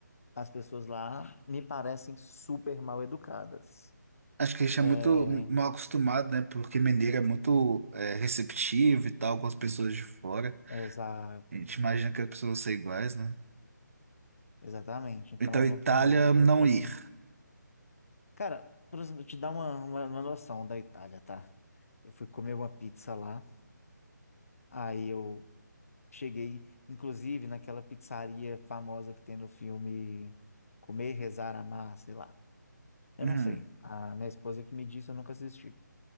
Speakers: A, on the left; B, on the right.
A: as pessoas lá me parecem super mal educadas.
B: Acho que a gente
A: É,
B: é muito mal acostumado, né? Porque Mineiro é muito é, receptivo e tal com as pessoas de fora.
A: exato,
B: A gente imagina que as pessoas vão ser iguais, né?
A: exatamente. Então
B: Então,
A: eu
B: Itália,
A: não tenho muito
B: não
A: essa.
B: ir.
A: Cara, pra eu te dar uma, uma, uma noção da Itália, tá? Eu fui comer uma pizza lá, aí eu cheguei, inclusive, naquela pizzaria famosa que tem no filme Comer, Rezar, Amar, sei lá. Eu
B: Uhum.
A: não sei. A minha esposa que me disse, eu nunca assisti.